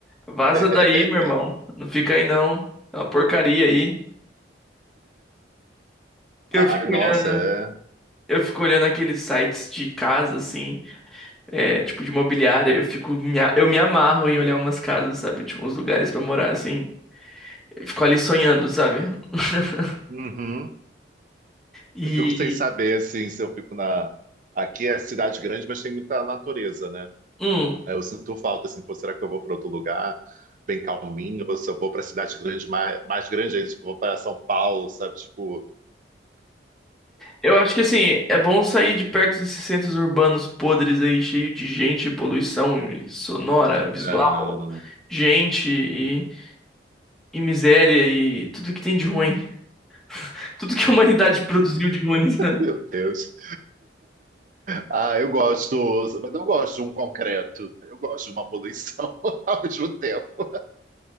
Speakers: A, in the centre; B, on the right.
A: Vaza
B: <laughs>
A: daí, meu irmão. Não fica aí não. É uma porcaria aí. Eu
B: Ai,
A: fico
B: nossa,
A: olhando,
B: é.
A: eu fico olhando aqueles sites de casa, assim, é, tipo de imobiliária. Eu fico, me a- eu me amarro em olhar umas casas, sabe? Tipo, uns lugares pra morar, assim. Eu fico ali sonhando, sabe? <laughs>
B: Uhum.
A: E.
B: Eu fico sem saber, assim, se eu fico na. Aqui é cidade grande, mas tem muita natureza, né?
A: hum,
B: É, Eu sinto falta, assim, pô, será que eu vou para outro lugar, bem calminho, ou se eu vou para cidade grande, mais, mais grande ainda, tipo, vou para São Paulo, sabe? Tipo,
A: Eu acho que assim, é bom sair de perto desses centros urbanos podres aí, cheio de gente, poluição sonora, visual,
B: ah,
A: gente e, e miséria e tudo que tem de ruim. <laughs> Tudo que a humanidade <laughs> produziu de ruim, sabe?
B: meu Deus. Ah, eu gosto, mas eu gosto de um concreto, eu gosto de uma poluição <laughs> ao mesmo tempo.